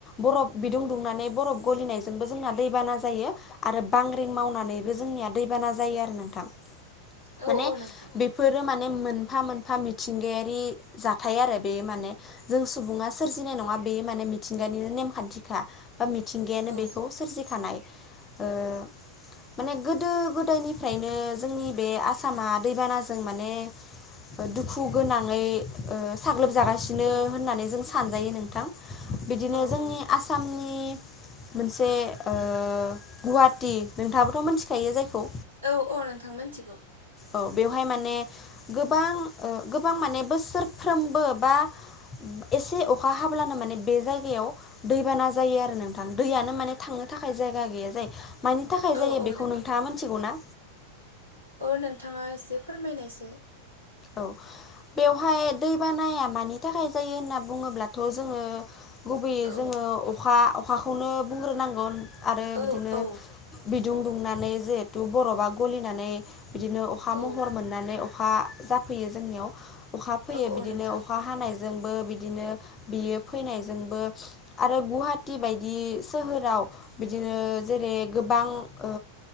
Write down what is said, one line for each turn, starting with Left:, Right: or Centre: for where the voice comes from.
Left: बरफ दुं दुंनानै बरफ गलिनायजोंबो जोंना दै दैबाना जायो आरो बांग्रिं मावनानैबो जोंनिया दैबाना जायो आरो नोंथां
Right: औ
Left: माने
Right: नोंथां
Left: बेफोरो माने मोन मोनफा मोनफा मिथिंगायारि जाथाय आरो बे माने जों सुबुङा सोरजिनाय नङा बे माने मिथिंगानिनो नेमखान्थिखा बा मिथिंगायानो
Right: औ
Left: बेखौ सोरजिखानाय ओ माने गोदो गोदायनिफ्रायनो जोंनि बे आसामा दैबानाजों माने दुखु गोनाङै ओ साग्लोबजागासिनो
Right: औ
Left: होननानै जों सानजायो नोंथां बिदिनो
Right: औ
Left: जोंनि
Right: औ
Left: आसामनि मोनसे ओ गुवाहाटी नोंथाङाबोथ' मोनथिखायो जायखौ
Right: औ औ नोंथां मिथिगौ।
Left: औ बेवहाय माने गोबां ओ गोबां माने बोसोरफ्रोमबो बा एसे अखा हाब्लानो माने बे जायगायाव दैबाना जायो आरो नोंथां दैयानो माने थांनो थाखाय जायगा गैया जायो मानि थाखाय
Right: औ
Left: जायो
Right: औ
Left: बेखौ नोंथाङा मोनथिगौ ना
Right: ओ नोंथाङा एसे फोरमायनायसाय
Left: औ बेवहाय दै बानाया मानि थाखाय जायो होनना बुङोब्लाथ' जोङो गुबैयै
Right: औ
Left: जोङो अखा अखाखौनो बुंग्रोनांगौ आरो
Right: औ
Left: बिदिनो
Right: औ
Left: दुं दुंनानै जिहेथु बरफा गलिनानै बिदिनो अखा
Right: औ
Left: महर मोननानै अखा जा फैयो जोंनियाव अखा फैयो
Right: औ
Left: बिदिनो
Right: औ नोंथां
Left: अखा हानाय जोंबो बिदिनो बियो फैनायजोंबो आरो गुवाहाटी बायदि सोहोराव बिदिनो जेरै गोबां ओ